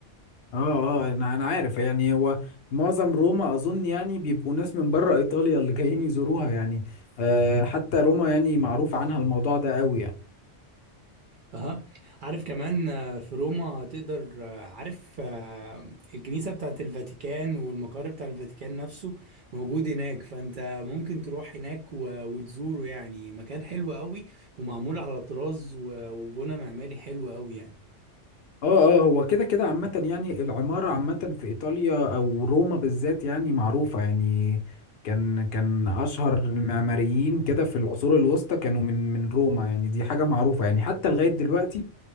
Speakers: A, on the left; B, on the right.
A: اه اه انا انا عارف يعني هو معظم روما اظن يعني بيبقوا ناس من بره ايطاليا اللي جايين يزوروها يعني آه حتى روما يعني معروف عنها الموضوع ده قوي يعني
B: اها عارف كمان آه، في روما تقدر آه، عارف آه، الكنيسة بتاعت الفاتيكان والمقر بتاع الفاتيكان نفسه موجود هناك فانت ممكن تروح هناك و- وتزوره يعني مكان حلو قوي ومعمول على طراز و- وبنى معماري حلو قوي يعني
A: اه اه هو كده كده عامة يعني العمارة عامة في ايطاليا او روما بالذات يعني معروفة يعني كان كان اشهر المعماريين كده في العصور الوسطى كانوا من من روما يعني دي حاجة معروفة يعني حتى لغاية دلوقتي